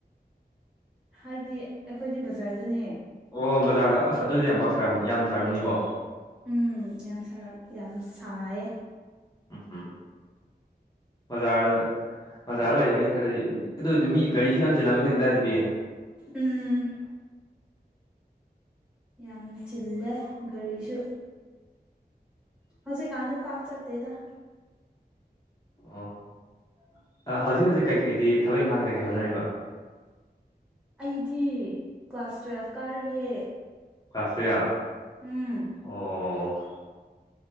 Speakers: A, in the centre; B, on the left.
A: ꯍꯥꯏꯗꯤ ꯑꯩꯈꯣꯏꯗꯤ ꯕꯖꯥꯔꯗꯅꯦ
B: ꯑꯣ ꯕꯖꯥꯔꯗ ꯑꯁ ꯑꯗꯨꯗꯤ ꯌꯥꯝ ꯄꯥꯛ ꯌꯥꯝꯅ ꯁꯥꯔꯝꯅꯤꯀꯣ
A: ꯎꯝ ꯌꯥꯝ ꯌꯥꯝ ꯁꯥꯏꯌꯦ
B: ꯎꯝ ꯎꯝ ꯃꯖꯥꯔꯗ ꯕꯖꯥꯔꯗ ꯂꯩꯕꯅꯤꯅ ꯈꯔꯗꯤ ꯑꯗꯨꯗꯤ ꯃꯤ ꯒꯥꯔꯤꯁꯨ ꯌꯥꯝ ꯆꯤꯂꯝꯃꯅꯤ ꯑꯗꯨꯋꯥꯏꯗꯗꯤ
A: ꯎꯝ ꯌꯥꯝ ꯆꯤꯜꯂꯦ ꯒꯥꯔꯤꯁꯨ ꯍꯧꯖꯤꯛꯀꯥꯟꯗꯗꯤ ꯄꯥꯛ ꯆꯠꯇꯦꯗ
B: ꯑꯣ ꯍꯧꯖꯤꯛ ꯍꯧꯖꯤꯛ ꯀꯩꯀꯩꯗꯤ ꯊꯕꯛ ꯏꯪꯈꯥꯡ ꯀꯩꯀꯩ ꯍꯣꯠꯅꯔꯤꯕ
A: ꯑꯩꯗꯤ ꯀ꯭ꯂꯥꯁ ꯇꯨꯌꯦꯜꯐ ꯀꯥꯔꯤꯌꯦ
B: ꯀ꯭ꯂꯥꯁ ꯇꯨꯌꯦꯜꯐ
A: ꯎꯝ
B: ꯑꯣ